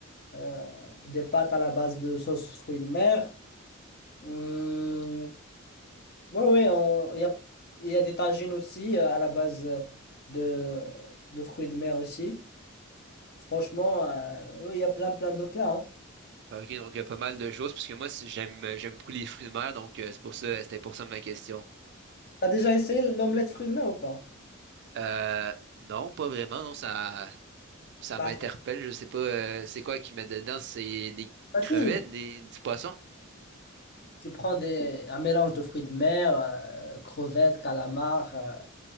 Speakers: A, on the left; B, on the right.
A: euh, des pâtes à la base de sauce fruits de mer. Hum, oui, oui, on- il y a, il y a des tagines aussi euh, à la base euh, de, de fruits de mer aussi. Franchement, euh, oui, il y a plein, plein de plats. hein.
B: Ok, donc il y a pas mal de choses, parce que moi, si- j'aime euh, j'aime beaucoup les fruits de mer, donc euh, c'est pour ça, c'était pour ça ma question.
A: T'as déjà essayé l'omelette fruits de mer ou pas?
B: Euh, non, pas vraiment, non, ça ça
A: Bah,
B: m'interpelle,
A: c'est
B: je sais pas, euh, c'est quoi qu'ils mettent dedans, c'est des
A: facile.
B: crevettes, des, du poisson?
A: Tu prends des, un mélange de fruits de mer, euh, crevettes, calamars, euh,